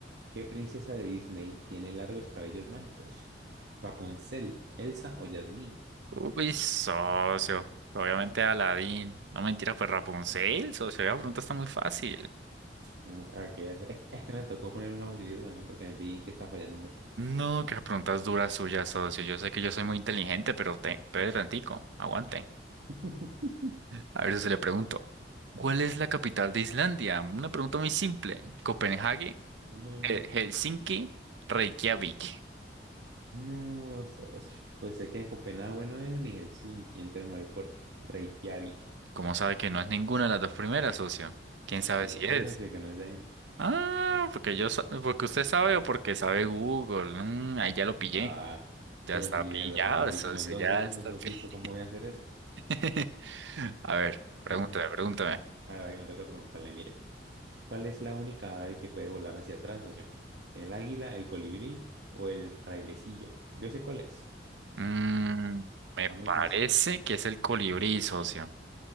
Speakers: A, on the right; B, on the right.
A: ¿Qué princesa de Disney tiene largos cabellos mágicos? ¿Rapunzel, Elsa o Jasmine?
B: Uy, socio, obviamente Aladín. No mentiras, pues Rapunzel, socio, la pregunta está muy fácil.
A: Mm, ok, es, <laughs> es que me tocó poner una facilita también porque vi que estaba fallando mucho.
B: No, qué preguntas duras suyas, socio. Yo sé que yo soy muy inteligente, pero te, pero tantico, aguante.
A: <laughs>
B: A ver si le pregunto. ¿Cuál es la capital de Islandia? Una pregunta muy simple. ¿Copenhague,
A: No,
B: eh, Helsinki, Reykjavik?
A: no, socio. Pues sé que Copenhague no es ni Helsinki, entonces me voy por Reykjavik.
B: ¿Cómo sabe que no es ninguna de las dos primeras, socio? ¿Quién sabe
A: Porque
B: si
A: yo sé,
B: es?
A: socio, que no es de ahí.
B: Ah, porque yo, sa- porque usted sabe o porque sabe Google. Mm, ahí ya lo pillé.
A: Ah,
B: Ya
A: pero
B: está
A: si le
B: pillado,
A: respondí
B: socio,
A: como en dos
B: ya
A: segundos,
B: está
A: socito,
B: pillado.
A: ¿cómo voy a hacer eso?
B: <laughs> A ver,
A: <laughs>
B: pregúntame,
A: Ujú.
B: pregúntame.
A: Ahora que me toca preguntarle, mire. ¿Cuál es la única ave que puede volar hacia atrás, socio? ¿El águila, el colibrí o el frailecillo? Yo sé cuál es.
B: Mm, me
A: Está
B: parece
A: muy sencillo.
B: que es el colibrí, socio.